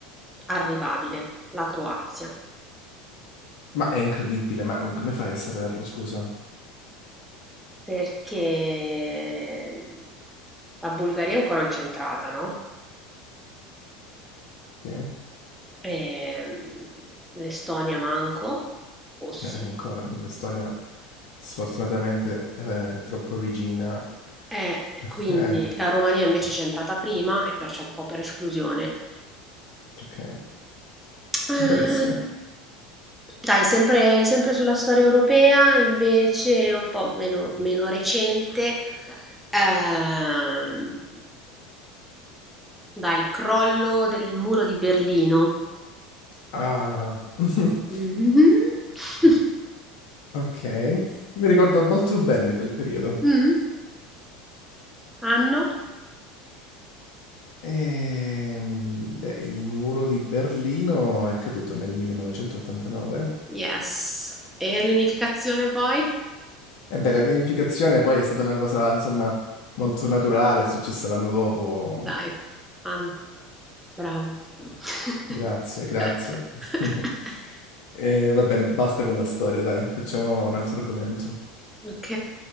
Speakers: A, in the centre; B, on the left.
A: arrivabile, la Croazia,
B: Ma è incredibile, ma come fai a saperlo, scusa?
A: perché ehm, la Bulgaria è ancora non c'è entrata, no?
B: Sì, eh,
A: Ehm, l'Estonia manco, o sì.
B: ancora l'Estonia sfortunatamente eh, è troppo vicina.
A: E
B: <laughs>
A: quindi
B: Eh,
A: la Romania invece c'è entrata prima e perciò un po' per esclusione.
B: ok,
A: Eh,
B: bravissima.
A: Dai, sempre, sempre sulla storia europea, invece un po' meno, meno recente, ehm, Dai, crollo del muro di Berlino.
B: Ah, <laughs>
A: Mhm. <laughs>
B: ok, mi ricordo molto bene di quel periodo.
A: Mm. Anno?
B: Ehm, beh, il muro di Berlino è caduto nel 1989.
A: Yes. E riunificazione poi?
B: E beh, la riunificazione poi è stata una cosa, insomma, molto naturale, è successa l'anno dopo.
A: Dai, Anno. Bravo. <laughs>
B: Grazie, grazie. <laughs> E va bene, basta con la storia, dai, facciamo un altro argomento.
A: Ok.